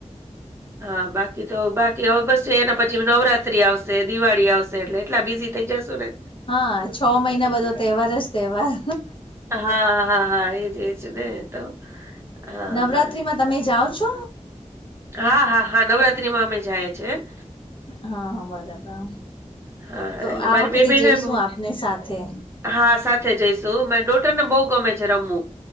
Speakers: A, on the right (about 20°); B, on the left (about 45°).
A: હા બાકી. તો બાકી હવે બસ એના પછી નવરાત્રી આવશે દિવાળી આવશે એટલે એટલા બીઝી થઈ જશ ને.
B: હા છ મહિના બધો તહેવાર જ તહેવાર.
A: હા હા હા એજ એજ ને તો હા
B: નવરાત્રીમાં
A: હા.
B: તમે જાઓ છો.
A: હા હા હા નવરાત્રીમાં અમે જાયએ છે.
B: હા બરાબર
A: હા
B: તો
A: એટલે
B: આ
A: મારી
B: વખતે
A: બેબીને
B: જઈશું
A: બહુ-
B: આપને સાથે.
A: હા સાથે જઈશું માને ડોટર ને બહુ ગમે છે રમવું